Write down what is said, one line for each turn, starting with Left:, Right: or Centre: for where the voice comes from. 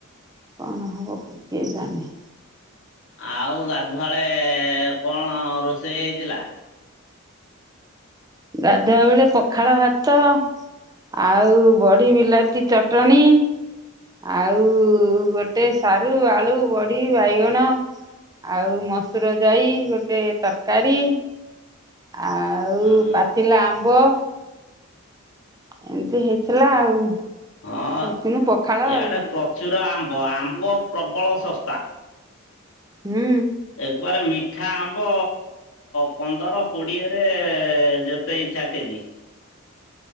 Right: କଣ ହବ କ କିଏ ଜାନେ।
Left: ଆଉ ଗାଧୁଆଳେ କଣ ରୋଷେଇ ହେଇଥିଲା?
Right: ଗାଧୁଆ ବେଳେ ପଖାଳ ଭାତ ଆଉ ବଢି ବିଲାତି ଚଟଣି ଆଉ ଗୋଟ ଟେ ସାରୁ, ଆଳୁ, ବଢି, ବାଇଗଣ ଆଉ ମସୁର ଯାଇ ଗୋଟେ ତରକାରୀ ଆଉ
Left: ହୁଁ
Right: ପାଚିଲା ଆମ୍ବ ଏମିତି ହେଇଥିଲା ଆଉ।
Left: ହଁ
Right: ଖାଇଥିନୁ ପଖାଳ
Left: ଇଆଡେ
Right: ଆଉ
Left: ପ୍ରଚୁର ଆମ୍ବ, ଆମ୍ବ ପ୍ରବଳ ଶସ୍ତା।
Right: ହୁଁ।
Left: ଏକବାର ମିଠା ଆମ୍ବ ପନ୍ଦର କୋଡିଏରେ ଯେତେ ଇଛ ଛା କେଜି